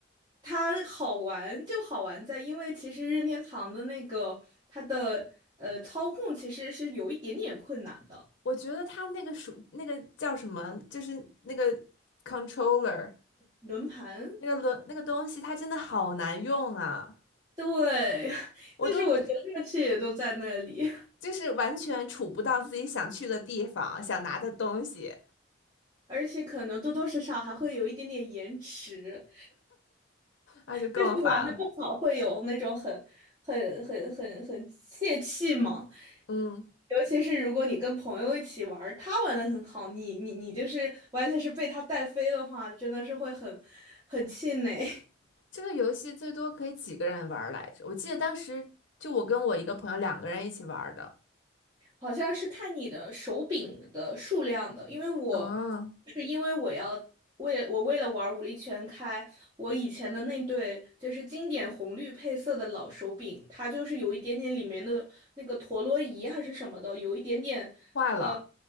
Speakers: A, on the right (about 20°); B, on the left (about 65°).
A: 它好玩就好玩在，因为其实任天堂的那个它的呃操控其实是有一点点困难的，
B: 我觉得它那个属那个叫什么，就是那个 controller
A: 轮盘，
B: 那个轮那个东西，它真的好难用啊！
A: 对，<laughs>
B: 我都不
A: 但是我觉得乐趣也都在那里，
B: 就是完全触不到自己想去的地方，想拿的东西，
A: <laughs> 而且可能多多少少还会有一点点延迟。
B: 那就更烦了。
A: 就是玩的不好，会有那种很、很、很、很、很泄气嘛。
B: 嗯，
A: 尤其是如果你跟朋友一起玩儿他玩的很好，你、你、你就是完全是被他带飞的话，真的是会很、很气馁。<laughs>
B: 这个游戏最多可以几个人玩儿来着？我记得当时就我跟我一个朋友两个人一起玩儿的。
A: 好像是看你的手柄的数量的，因为我
B: 嗯，
A: 是因为我要为我为了玩武力全开，我以前的那对就是经典红绿配色的老手柄，它就是有一点点里面的那个陀螺仪还是什么的，有一点点呃，
B: 坏了。